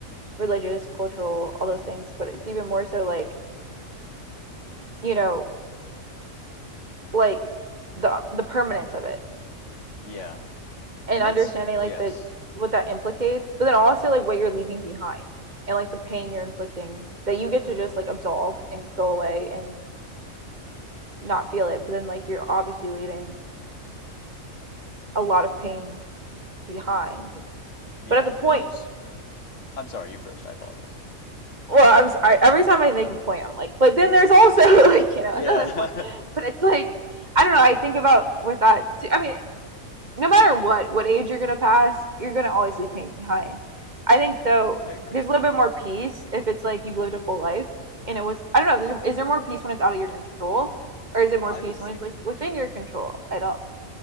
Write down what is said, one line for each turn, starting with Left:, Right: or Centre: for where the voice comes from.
Right: religious, cultural, all those things, but it's even more so like, you know, like the the permanence of it
Left: yeah.
Right: and
Left: And
Right: understanding
Left: that's,
Right: like
Left: yes.
Right: the what that implicates, but then also like what you're leaving behind and like the pain you're inflicting that you get to just like absolve and go away and not feel it, but then like you're obviously leaving a lot of pain behind.
Left: Yeah.
Right: But at the point,
Left: And there's, I'm sorry, you first. I apologize.
Right: well, I'm s- I, every time I make a point, I'm like, but then there's also <laughs> like you know
Left: Yeah.
Right: another point, but it's like I don't know. I think about with that too. I mean, no matter what, what age you're gonna pass, you're gonna always leave pain behind. I think though,
Left: <laughs> I agree.
Right: there's a little bit more peace if it's like you've lived a full life and it was. I don't know. Is there more peace when it's out of your
Left: Yes.
Right: control, or is it more
Left: I
Right: peace
Left: would think
Right: when it's like within your control? I don't.